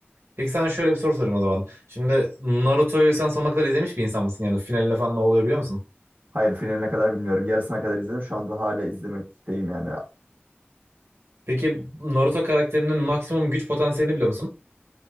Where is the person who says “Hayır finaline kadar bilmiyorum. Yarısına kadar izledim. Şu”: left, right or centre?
Right